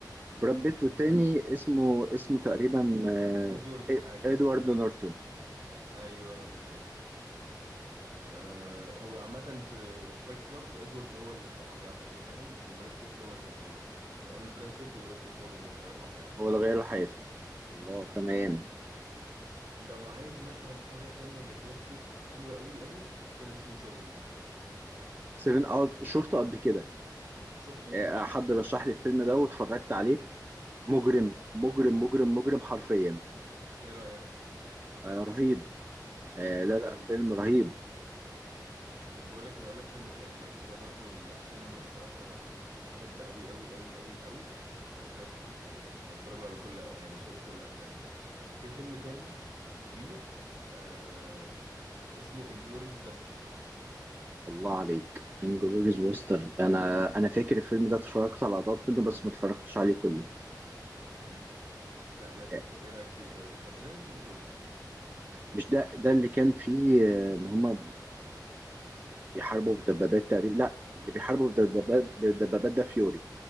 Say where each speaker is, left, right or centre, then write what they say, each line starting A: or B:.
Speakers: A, on the right; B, on the right.
A: براد
B: ممكن
A: بيت والتاني اسمه اسمه تقريبا
B: إد...
A: آه،
B: ادوارد حاجه
A: إد- ادوارد نورتون
B: ايوه بالظبط أه هو عامة في فايت كلاب ادوارد هو اللي كان ما بيعرفش ينام وبراد بيت هو اللي هي يعني هيقابل براد بيت وبراد بيت هو اللي هيغير له حياته
A: هو اللي غير حياته الله تمام
B: ما... لو عايز مثلا حاجة تانية لبراد بيت حلوة قوي قوي فيلم اسمه سيفن
A: سيفن اوت شفته قبل كده
B: شفته؟
A: آه، حد رشح لي الفيلم ده واتفرجت عليه مجرم مجرم مجرم مجرم حرفيا
B: ايه رأيك؟
A: آه، رهيب آه،
B: جامد
A: لا لا
B: قوي
A: فيلم رهيب
B: طب بقول لك إيه، هقول لك فيلم تاني لو كده برضو ال- عشان انا الصراحة بحب قوي قوي قوي قوي قوي آه، براد بيت بت- بتفرج له على كل يعني شبه كل افلامه في فيلم تاني ليه آه، اسمه انجلوريوس باستردز
A: الله عليك انجلوريز بوستر انا انا فاكر الفيلم ده اتفرجت على لقطات منه بس ما اتفرجتش عليه كله
B: امم لا لازم
A: آه،
B: ايه رايك فيه طيب بس لازم نشوفه كله
A: مش ده ده اللي كان فيه آه، ان هما بيحاربوا بدبابات تقريبا لا اللي بيحاربوا بدبابات بدبابات ده فيوري